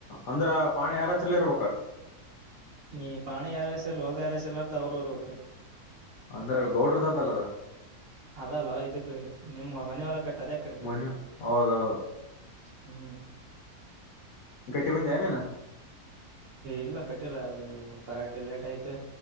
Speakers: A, on the left (about 65°); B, on the right (about 60°).
A: ಅಂದ್ರ ಪಾಣಿ ಯಾರ್ ಹೆಸ್ರಲ್ ಇರ್ಬೇಕು.
B: ಈ ಪಾಣಿ ಯಾರ್ ಹೆಸರ ಹೋಲ್ಡ್ ಹೆಸರು ಅವ್ರ ಇರ್ಬೇಕು
A: ಅಂದ್ರೆ ಗೌಡ್ರದಾದ ಅಲ್ಲದ
B: ಅದಲ್ವಾ ಇದಕ್ಕೆ ನಿಮ್ಮ ಮನ ಎಲ್ಲ ಕಟ್ಟ ಅದ್ಯಾಕ್ ಕಟ್ತಿ
A: ಮನು ಹೌದೌದ
B: ಹೂ
A: ಕಟ್ಟಿ ಬಂದ್ಯಾ ನೀನು
B: ಇಲ್ಲ ಕಟ್ಟಿಲ್ಲ ಅದು ಬರ ಲೇಟ್ ಐತು